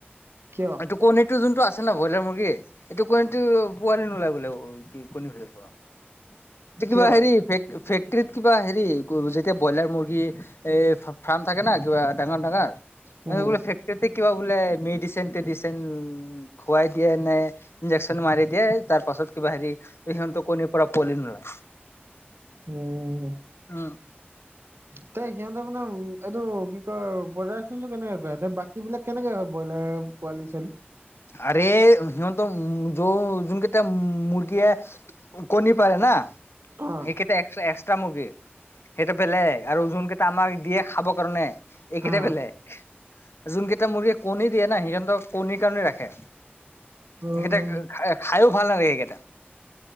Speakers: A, on the right; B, on the left.
A: কিয়
B: এইতো কণীতো যোনটো আছে। আছে না ব্ৰইলাৰ মুৰ্গীয়ে এইটো কণীটো পোৱালি নোলাই বোলে কি কণী ভিতৰৰ পৰা কিবা
A: কিয়
B: হেৰি ফেক্টৰত কিবা হেৰি যেতিয়া ব্ৰইলাৰ মুৰ্গী এই ফাৰ্ম থাকে ন' কিবা ডাঙৰ ডাঙাৰ
A: উম
B: এই ফেক্টৰ কিবা বোলে মেডিচন টেডিচন খুৱাই দিয়ে নে ইন্জেকচন মাৰি দিয়ে তাৰ পাছত তাৰ পাছত কিবা হেৰি সিহঁতো কণীৰ পৰা পোৱালি নোলাই
A: উম
B: উম।
A: এ সিহঁতে মানে এইটো কি কয় প্ৰডাকচনটো কেনেকে কৰে বাকী বিলাক কেনেকে হয়। ব্ৰইলাৰ পোৱালি ছোৱালী
B: আৰে সিহঁত উ যো যোন কেইতয়া মুৰ্গীয়ে কণী পাৰে না
A: অ
B: সেইকেইটা এক্সট্ৰা মুৰ্গী সেইটো বেলেগ আৰু ওজন কেইটা আমাক দিয়ে খাবৰ কাৰণে। এইকেইটা
A: অ
B: বেলেগ যোন কেইটা মুৰ্গী। কণী দিয়ে না সিহঁতক কণীৰ কাৰণে ৰাখে
A: অ
B: সেইকেইটা খায়ো ভাল নালাগে এইকেইটা,